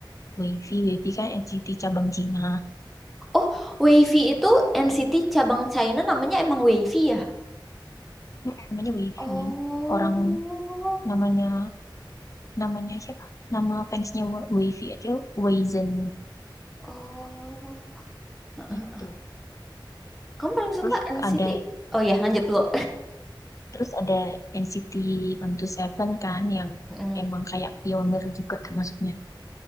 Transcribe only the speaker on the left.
Wavy, Wavy kan NCT cabang Cina,
<laughs> namanya Wavy.
Orang namanya namanya siapa? Nama fansnya Wa- Wavy aja Wazen
gitu.
Terus
ada
terus ada NCT 127 kan yang
emang kayak pionir juga termasuknya.